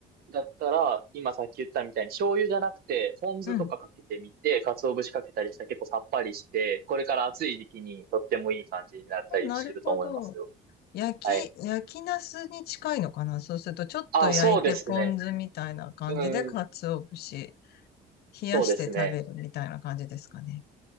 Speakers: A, on the right; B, on the left.
A: だったら、今さっき言ったみたいに醤油じゃなくて、ポン酢とかかけてみて、
B: うん。
A: 鰹節かけたりしたら結構さっぱりして、これから暑い時期にとってもいい感じになったりしてると思いますよ。
B: なるほど。焼き、
A: はい。
B: 焼きナスに近いのかなそうすると、ちょっと焼いてポン酢みたいな感じで、
A: あ、そうですそうねですね。うんうん。
B: 鰹節、冷やして食べるみたいな感じですかね。
A: そうですね。